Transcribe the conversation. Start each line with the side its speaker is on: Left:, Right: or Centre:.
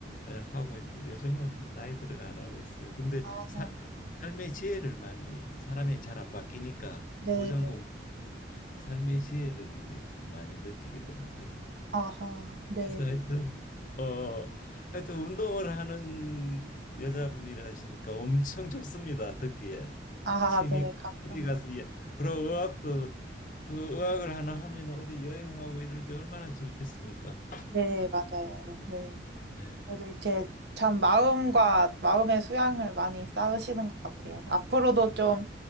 Left: 어, 하고 이제 요즘은 나이 들어가 안 하고 있어요. 근데
Right: 아하.
Left: 사, 삶의 지혜를 많이 사람이 잘 안 바뀌니까
Right: 네,
Left: 고전
Right: 네.
Left: 공부하면서 삶의 지혜를 이제 좀 많이 느끼게 되는 거죠.
Right: 아하. 네,
Left: 그래서
Right: 네.
Left: 하여튼 어 하여튼 운동을 하는 여자분이라시니까 엄청 좋습니다. 듣기에.
Right: 아하,
Left: 취미가
Right: 네. 감사합니다.
Left: 어디 가서 예. 그고 의학도 그 의학을 하나 하면 어디 여행하고 이럴 때 얼마나 좋겠습니까?
Right: 네, 맞아요. 네.
Left: 네.
Right: 저도 이제 참 마음과 마음의 수양을 많이 쌓으시는 것 같아요. 앞으로도 좀